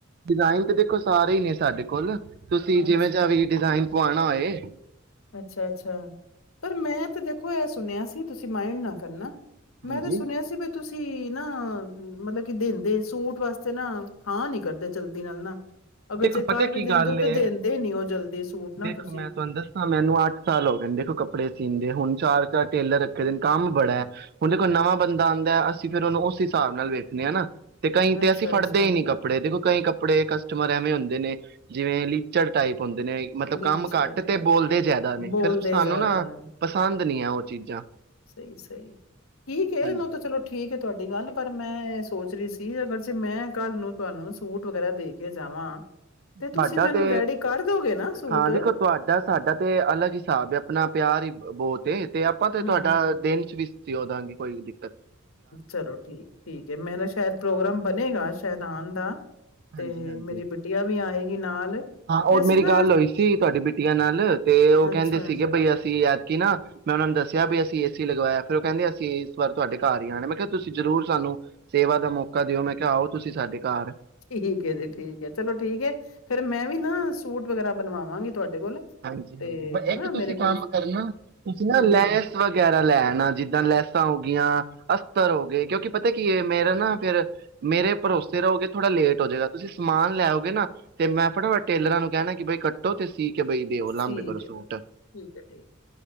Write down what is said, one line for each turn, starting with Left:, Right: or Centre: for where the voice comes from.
Right: ਡਿਜ਼ਾਇਨ ਤੇ ਦੇਖੋ ਸਾਰੇ ਹੀ ਨੇ ਸਾਡੇ <unintelligible> ਤੁਸੀਂ ਜਿਵੇਂ
Left: ਅੱਛਾ,
Right: ਚਾਵੀ ਡਿਜ਼ਾਇਨ ਪਾਣਾ ਏ
Left: ਅੱਛਾ ਅੱਛਾ ਪਰ ਮੈਂ ਤੇ ਦੇਖੋ ਇਹ ਸੁਣਿਆ ਸੀ ਤੁਸੀਂ ਮਾਇਡ ਨਾ ਕਰਨਾ
Right: ਹਾਂਜੀ
Left: ਮੈਂ ਤਾਂ ਸੁਣਿਆ ਸੀ ਬ ਤੁਸੀਂ ਨਾ ਮਤਲਬ ਕਿ ਦਿੰਦੇ ਸੂਟ ਵਾਸਤੇ ਨਾ ਹਾਂ ਨੀ ਕਰਦੇ ਜਲਦੀ ਨਾਲ ਨਾ। ਅਗਰ
Right: ਦੇਖੋ
Left: ਜੇ
Right: ਪਤਾ
Left: ਕਰ ਵੀ
Right: ਕੀ
Left: ਦਿੰਦੇ
Right: ਗੱਲ
Left: ਹੋ ਤੇ
Right: ਏ
Left: ਦਿੰਦੇ ਨੀ ਹੋ ਜਲਦੀ ਸੂਟ ਨਾ
Right: ਦੇਖੋ
Left: ਤੁਸੀਂ।
Right: ਮੈਂ ਤੁਹਾਨੂੰ ਦੱਸਾਂ ਮੈਨੂੰ ਅੱਠ ਸਾਲ ਹੋ ਗਏਣ ਦੇਖੋ ਕੱਪੜੇ ਸੀਂਦੇ। ਹੁਣ ਚਾਰ ਚਾਰ ਟੇਲਰ ਰੱਖੇ ਦੇ ਨੇ, ਕੰਮ ਬੜਾ ਹੈ। ਹੁਣ ਦੇਖੋ ਨਵਾਂ ਬੰਦਾ ਆਂਦੈ ਅਸੀਂ ਫਿਰ ਉਹਨੂੰ ਉਸ ਹਿਸਾਬ ਨਾਲ ਵੇਖਣੇ ਆ ਨਾ। ਤੇ ਕਈ ਤੇ
Left: ਅੱਛਾ,
Right: ਅਸੀਂ ਫੜਦੇ
Left: ਅੱਛਾ
Right: ਈ ਨੀ ਕੱਪੜੇ ਦੇਖੋ ਕਈ ਕੱਪੜੇ ਕਸ ਏਵੇ ਹੁੰਦੇ ਨੇ। ਜਿਵੇਂ, ਲੀਚੜ ਟਾਈਪ‌। ਹੁੰਦੇ ਨੇ ਮਤਲਬ
Left: ਨੀਚੜ
Right: ਕੰਮ ਘੱਟ ਤੇ ਬੋਲਦੇ ਜ਼ਿਆਦਾ ਨੇ
Left: ਬੋਲਦੇ
Right: ਫਿਰ ਸਾਨੂੰ
Left: ਜ਼ਿਆਦਾ
Right: ਨਾ
Left: ਨੇ
Right: ਪਸੰਦ ਪਸੰਦ ਨੀ ਔ ਚੀਜ਼ਾਂ।
Left: ਸਹੀ ਸਹੀ, ਠੀਕ ਹੇ,
Right: ਹਾਂਜੀ
Left: ਨਾ ਤਾਂ ਚਲੋ ਠੀਕ ਹੇ ਤੁਹਾਡੀ ਗੱਲ। ਪਰ, ਮੈਂ ਐ ਸੋਚ ਰੀ ਸੀ। ਤੀਸੈ ਅਗਰ ਜੇ ਮੈਂ ਕੱਲ ਨੂੰ ਤੁਹਾਨੂੰ ਸੂਟ ਵਗੈਰਾ ਦੇ ਕੇ ਜਾਵਾਂ ਤੇ ਤੁਸੀਂ
Right: ਸਾਡਾ
Left: ਮੈਨੂੰ
Right: ਤੇ
Left: ਰੈਡੀ ਕਰ ਦੋਗੇ ਨਾ ਸੂਟ
Right: ਹਾਂ, ਦੇਖੋ ਤੁਹਾਡਾ ਸਾਡਾ ਤੇ ਅਲੱਗ ਹਿਸਾਬ ਏ ਆਪਣਾ ਪਿਆਰ ਹੀ ਬੌਤ ਤੇ। ਤੇ ਆਪਾਂ ਤੇ
Left: ਹੂੰ
Right: ਤੁਹਾਡਾ ਦਿਨ ਚ ਵੀ ਸ ਸੀਂਓਦਾਂਗੇ ਕੋਈ ਵੀ ਦਿ
Left: ਚਲੋ ਠੀਕ ਠੀਕ ਏ। ਮੇਰਾ ਸ਼ਾਇਦ ਪ੍ਰੋਗਰਾਮ ਬਣੇਗਾ। ਸੈ਼ਦ ਆਨ ਦਾ।
Right: ਹਾਂਜੀ
Left: ਤੇ
Right: ਹਾਂਜੀ
Left: ਮੇਰੀ ਬਿਟਆ ਵੀ ਆਏਗੀ ਨਾਲ। ਤੇ
Right: ਹਾਂ, ਔ
Left: ਅਸੀਂ
Right: ਮੇਰੀ
Left: ਨਾ
Right: ਗੱਲ ਹੋਈ ਸੀ ਤੁਹਾਡੀ ਬਿਟੀਆਂ ਨਾਲ ਤੇ ਔ
Left: ਅੱਛਾ
Right: ਕਹਿੰਦੇ ਸੀਗੇ ਬਈ ਅਸ ਸੀ ਐਤਕੀ ਨਾ ਮੈਂ ਉਹਨਾਂ ਨੂੰ ਦੱਸਿਆ, ਬਈ ਅਸੀਂ ਏ ਸੀ ਲਗਵਾਇਆ। ਫੇਰ ਉਹ ਕਹਿੰਦੇ, ਅਸੀਂ ਇਸ ਵਾਰ ਤੁਹਾਡੇ ਘਰ ਹੀ ਆਣੈ ।ਮੈਂ ਕਿਹਾ ਤੁਸੀਂ ਜ਼ਰੂਰ ਸਾਨੂੰ ਸੇਵਾ ਦਾ ਮੌਕਾ ਦਿਓ ਮੈਂ ਕਿਹਾ ਆਓ ਤੁਸੀਂ ਸਾਡੇ ਘਰ।
Left: ਠੀਕ ਹੈ ਜੀ, ਠੀਕ ਹੈ। ਚਲੋ, ਠੀਕ ਹੈ। ਫੇਰ, ਮੈਂ ਵੀ ਨਾ ਸੂਟ ਵਗੈਰਾ ਬਣਵਾਵਾਂਗੀ। ਤੁਹਾਡੇ ਕੋਲ
Right: ਹਾਂਜੀ
Left: ਤੇ
Right: ਹਾਂਜੀ,
Left: ਹਨਾ
Right: ਏਕ ਤੁਸੀਂ
Left: ਮੇਰੇ ਕੋਲ
Right: ਕੰਮ ਕਰਨਾ ਤੁਸੀਂ ਨਾ
Left: ਹਾਂਜੀ
Right: ਲੈਸ ਵਗੈਰਾ ਲੈਣਾ ਜਿੱਦਾਂ ਲੈਸਾਂ ਹੋ ਗੀਆਂ। ਅਸਤਰ ਹੋ ਗੇ। ਕਿਉਂਕਿ ਪਤਾ ਕੀ ਮੇਰਾ ਨਾ ਫੇਰ ਮੇਰੇ ਭਰੋਸੇ ਰਹੋਗੇ ਥੋੜਾ ਲੇਟ ਹੋ ਜੇਗਾ। ਤੁਸੀਂ ਸਮਾਨ ਲੈਓਗੇ ਨਾ ਤੇ ਮੈਂ ਫਟਾਫਟ ਟੇਲਰਾਂ ਨੂੰ ਕੈਣਾ ਕਿ ਬਈ ਕੱਟੋ ਤੇ ਸੀ ਕੇ ਬਈ ਦਿਓ ਲਾਂਬੇ
Left: ਠੀਕ
Right: ਕਰੋ
Left: ਹੈ
Right: ਸੂਟ,
Left: ਠੀਕ ਹੈ ਠੀਕ ਹੈ।